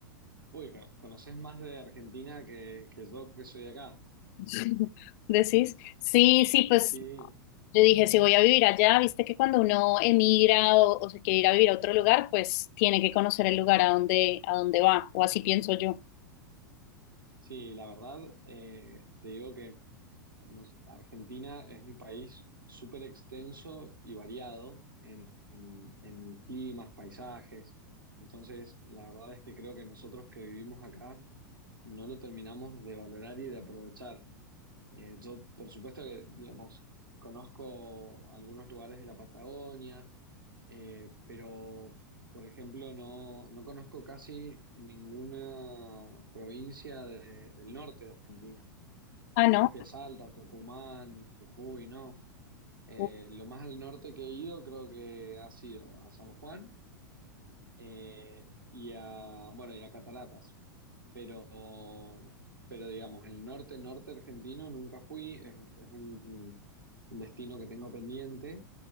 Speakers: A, on the right; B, on the left.
A: Uy, co- conoces más de Argentina que, que yo que soy de acá.
B: <laughs> ¿Decís? Sí, sí, pues
A: Sí,
B: yo dije, si voy a vivir allá, viste que cuando uno emigra o, o se quiere ir a vivir a otro lugar, pues tiene que conocer el lugar a donde, a donde va, o así pienso yo.
A: sí, la verdad, eh, te digo que Nos- Argentina es un país súper extenso y variado en, en- en climas, paisajes. Entonces, la verdad es que creo que nosotros que vivimos acá no lo terminamos de valorar y de aprovechar. Eh, yo, por supuesto que, digamos, conozco algunos lugares de la Patagonia, eh, pero, por ejemplo, no, no conozco casi ninguna provincia de- del norte de Argentina.
B: Ah,
A: Nunca
B: ¿no?
A: fui a Salta, Tucumán, Jujuy, no. Eh,
B: Ujú,
A: lo más al norte que he ido creo que ha sido a San Juan eh, y a, bueno, y a Cataratas. Pero, pero digamos, el norte, norte argentino nunca fui. Es, es un, un destino que tengo pendiente.